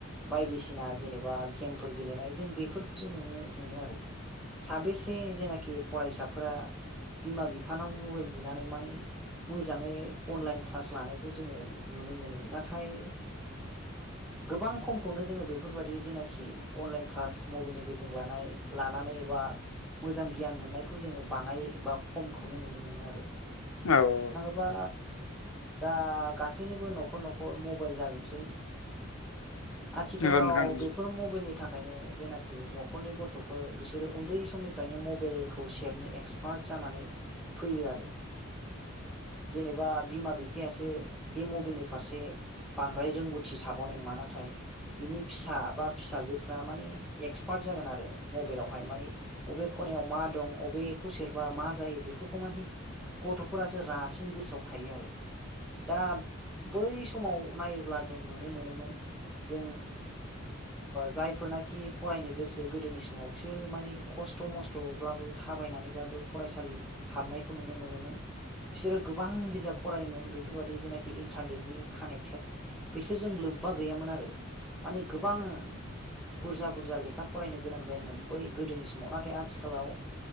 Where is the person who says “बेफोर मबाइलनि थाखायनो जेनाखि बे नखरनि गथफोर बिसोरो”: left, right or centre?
Centre